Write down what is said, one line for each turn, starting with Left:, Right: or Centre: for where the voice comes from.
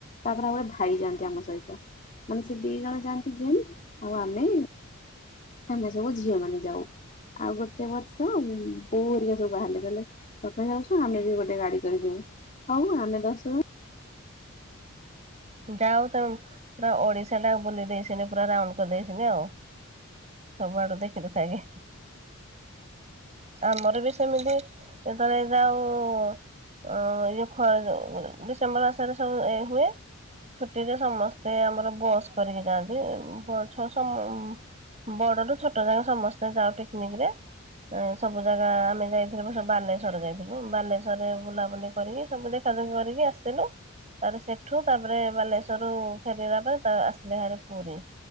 Left: ତାପରେ ଆଉ ଗୋଟେ ଭାଇ ଯାଆନ୍ତି ଆମ ସହିତ। ମାନେ ସେ ଦି ଜଣ ଯାଆନ୍ତି ଜେନ୍ସ ଆଉ ଆମେ ଆମେ ସବୁ ଝିଅ ମାନେ ଯାଉ। ଆଉ ଗୋଟେ ବର୍ଷ ବୋଉ ହେରିକା ସବୁ ବାହାରିଲେ କହିଲେ ତମେ ଯାଉଛ ଆମେ ବି ଗୋଟେ ଗାଡ଼ି କରି ଯିବୁ ଆଉ ଆମେ ଦଶ ଜ
Right: ଯା ହୋଉ ତମେ ପୁରା ଓଡ଼ିଶା ଟାକୁ ବୁଲି ଦେଇଛନ୍ତି ପୁରା ରାଉଣ୍ଡ କରିଦେଇଛନ୍ତି ଆଉ। ସବୁଆଡୁ ଦେଖି ଦୁଖାକି। ଆମର ବି ସେମିତି ଯେତେବେଳେ ଯାଉ ଅ ଇଏ ଖରା ଯୋଉ ଡିସେମ୍ବର ମାସରେ ସବୁ ଏ ହୁଏ। ଛୁଟିରେ ସମସ୍ତେ ଆମର ବସ୍ କରିକି ଯାଆନ୍ତି ବ ଛ ସମ ବଡ଼ ଠୁ ଛୋଟ ଯାଏ ସମସ୍ତେ ଯାଉ ପିକିନିକ୍ ରେ। ଆଁ ସବୁ ଜାଗା ଆମେ ଯାଇଥିଲୁ ବ ବାଲେଶ୍ଵର ଯାଇଥିଲୁ ବାଲେଶ୍ଵରରେ ବୁଲାବୁଲି କରିକି ସବୁ ଦେଖ ଦେଖା ଦେଖି କରିକି ଆସିଥିଲୁ ତାପରେ ସେଠୁ ତାପରେ ବାଲେଶ୍ଵର ରୁ ଫେରିଲା ପରେ ତା ଆସିଲେ ହାରି ପୁରୀ।